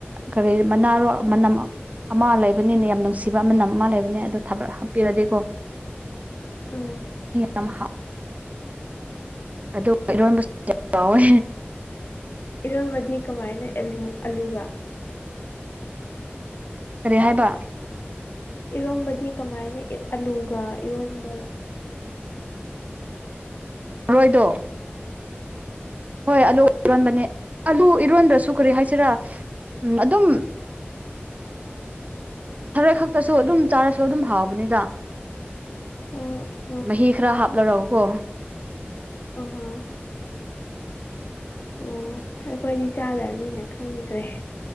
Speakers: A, on the right; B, on the left.
A: ꯀꯔꯤ ꯃꯅꯥꯔꯣ ꯃꯅꯝ ꯑꯃ ꯂꯩꯕꯅꯤꯅ ꯌꯥꯝ ꯅꯨꯡꯁꯤꯕ ꯑꯃꯅ ꯑꯃ ꯂꯩꯕꯅꯤ ꯑꯗꯣ ꯊ ꯍꯥꯞꯄꯤꯔꯗꯤꯀꯣ
B: ꯑꯥ
A: ꯌꯥꯝ ꯑꯗꯨ ꯏꯔꯣꯟꯕꯁꯨ ꯌꯥꯝ ꯆꯥꯎꯋꯦ꯫
B: ꯏꯔꯝꯃꯗꯤ ꯀꯃꯥꯏꯅ ꯑꯂ ꯑꯂꯨꯒ
A: ꯀꯔꯤ ꯍꯥꯏꯕ
B: ꯏꯔꯣꯝꯕꯗꯤ ꯀꯃꯥꯏꯅ ꯑꯂꯨꯒ ꯏꯔꯣꯝꯕꯔꯣ ꯍꯗ ꯑꯩꯗꯣ
A: ꯃꯔꯣꯏꯗꯣ ꯍꯣꯏ ꯑꯂꯨ ꯏꯔꯣꯟꯕꯅꯦ ꯑꯂꯨ ꯏꯔꯣꯟꯗ꯭ꯔꯁꯨ ꯀꯔꯤ ꯍꯥꯏꯁꯤꯔꯥ ꯑꯗꯨꯝ ꯊꯔꯦꯣꯏ ꯈꯛꯇꯁꯨ ꯑꯗꯨꯝ ꯆꯥꯔꯁꯨ ꯑꯗꯨꯝ ꯍꯥꯎꯕꯅꯤꯗ
B: ꯑꯥ
A: ꯃꯍꯤ ꯈꯔ ꯍꯥꯞꯂꯔꯎꯀꯣ
B: ꯑꯥ ꯑꯣ ꯑꯩꯈꯣꯏꯗꯤ ꯆꯥꯗꯕꯅꯤꯅ ꯈꯪꯗ꯭ꯔꯦ